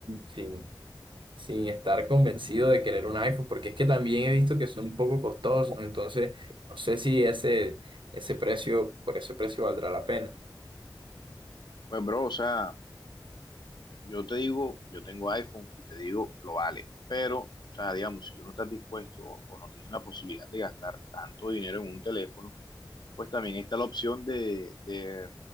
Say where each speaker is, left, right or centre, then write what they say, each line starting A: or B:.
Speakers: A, on the right; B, on the left.
A: sin, sin estar convencido de querer un iPhone, porque es que también he visto que son un poco costosos, entonces no sé si ese, ese precio, por ese precio valdrá la pena.
B: pues, bro, o sea, yo te digo, yo tengo iPhone y te digo, lo vale, pero, o sea, digamos, si tú no estás dispuesto o o no tienes la posibilidad de gastar tanto dinero en un teléfono, pues también está la opción de, de